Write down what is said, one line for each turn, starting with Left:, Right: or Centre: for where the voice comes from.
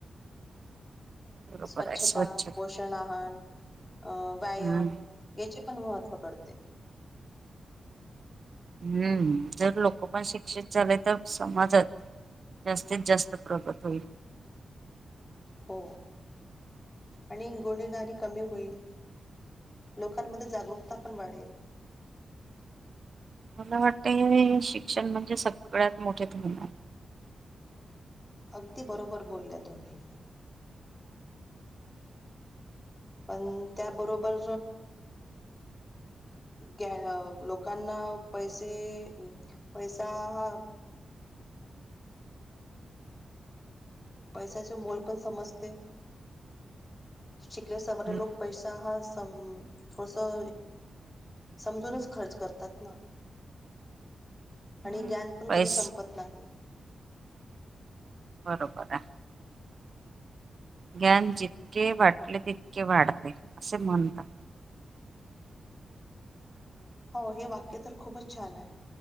Right: <inaudible>
Left: स्वच्छता,
Right: आहे स्वच्छ
Left: पोषण आहार अं व्यायाम
Right: हम्म.
Left: याचे पण महत्त्व कळते.
Right: हम्म जर लोक पण शिक्षित झाले तर समाजात जास्तीत जास्त प्रगत होईल.
Left: हो आणि गुन्हेगारी कमी होईल. लोकांमध्ये जागरूकता पण वाढेल.
Right: मला वाटतय शिक्षण म्हणजे सगळ्यात मोठे धोरण आहे.
Left: अगदी बरोबर बोलल्या तुम्ही पण त्याबरोबर ग लोकांना पैसे पैसा हा पैशाचे मोल पण समजते शिकले सवरे
Right: हम्म,
Left: लोक पैसा हा सं <unintelligible> समजूनच खर्च करतात ना आणि
Right: हम्म.
Left: ज्ञान पण
Right: पैस
Left: कधी संपत नाही.
Right: बरोबर आहे. ज्ञान जितके वाटले तितके वाढते असे म्हणतात.
Left: हो हे वाक्य तर खूपच छान आहे.